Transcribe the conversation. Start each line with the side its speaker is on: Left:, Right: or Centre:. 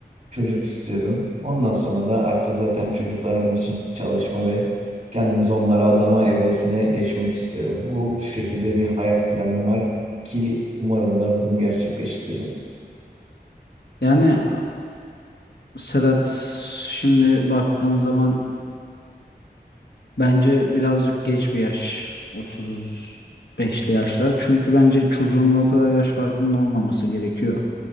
Right: çocuk istiyorum. Ondan sonra da artık zaten çocuklarımız için çalışma ve kendimizi onlara adama evresine geçmek istiyorum. Bu şekilde bir hayat planım var ki umarım da bunu gerçekleştiririm.
Left: Yani Serhat şimdi baktığın zaman bence birazcık geç bir yaş. 35'li yaşlar. Çünkü bence çocuğunla o kadar yaş farkının olmaması gerekiyor.